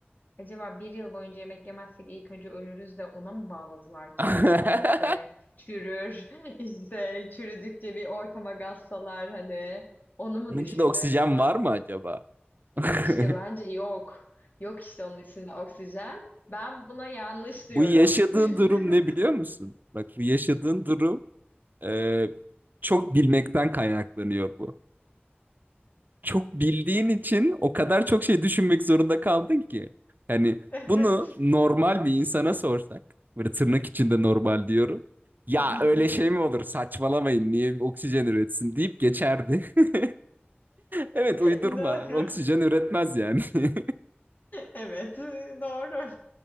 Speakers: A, on the left; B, on the right.
A: Acaba bir yıl boyunca yemek yemezsek ilk önce ölürüz de ona mı bağladılar ki?
B: <laughs>
A: Hani ölür de çürür <laughs> işte çürüdükçe bir ortama gazsalar hani onu mu
B: Bunun
A: düşündü
B: için oksijen
A: acaba?
B: var mı acaba? <laughs>
A: İşte bence yok. Yok işte onun içinde oksijen. Ben buna yanlış
B: Bu
A: diyorum.
B: yaşadığın
A: <laughs>
B: durum ne biliyor musun? Bak bu yaşadığın durum Ee, çok bilmekten kaynaklanıyor bu. Çok bildiğin için o kadar çok şey düşünmek zorunda kaldın ki. Hani
A: Evet.
B: bunu normal bir insana sorsak, böyle tırnak içinde normal diyorum. Ya
A: <laughs>
B: öyle şey mi olur? Saçmalamayın. Niye oksijen üretsin deyip geçerdi. <laughs> Evet uydurma.
A: Doğru.
B: Oksijen üretmez yani. <laughs>
A: Evet, doğru.